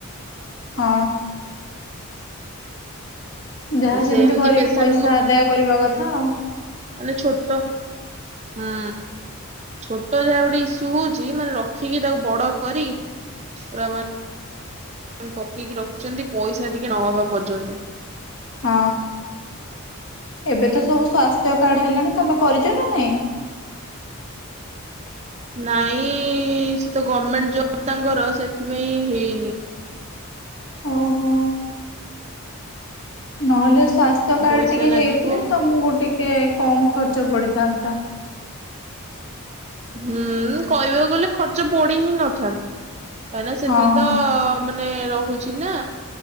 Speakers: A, on the left; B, on the right.
A: ହଁ। ଯାହା ଯେମିତି
B: ସେମିତି
A: କରିକି
B: ପେସେଣ୍ଟକୁ
A: ପଇସା ଆଦାୟ କରିବା କଥା ଆଉ।
B: ମାନେ ଛୋଟ ହଁ। ଛୋଟ ଯାହା ଗୋଟେ ଇସୁ ହଉଛି ମାନେ ରଖିକି ତାକୁ ବଡ କରି ପୁରା ମା ପକେଇକି ରଖୁଛନ୍ତି ପଇସା ଟିକେ ନହବା ପର୍ଯ୍ୟନ୍ତ।
A: ହଁ ଏବେ ତ ସବୁ ସ୍ଵାସ୍ଥ୍ୟ କାର୍ଡ ହେଲାଣି ତମେ କରିଛ ନା ନାଇଁ?
B: ନାଇଁ ସେ ତ ଗମେଣ୍ଟ ଜବ୍ ତାଙ୍କର ସେଥିପାଇଁ ହେଇନି।
A: ଓହୋ। ନହେଲେ ସ୍ଵାସ୍ଥ୍ୟ କାର୍ଡ
B: ପଇସା
A: ଟିକେ
B: ଲାଗିବ
A: ହେଇଥିଲେ
B: ଆଉ।
A: ତମକୁ ଟିକେ କମ୍ ଖର୍ଚ୍ଚ ପଡିଥାନ୍ତା।
B: ହୁଁ କହିବାକୁ ଗଲେ ଖର୍ଚ୍ଚ ପଡି ହିଁ ନଥାନ୍ତା। କାଇଁକି ସେଥିରେ
A: ହଁ
B: ତ ମାନେ ରହୁଛି ନା।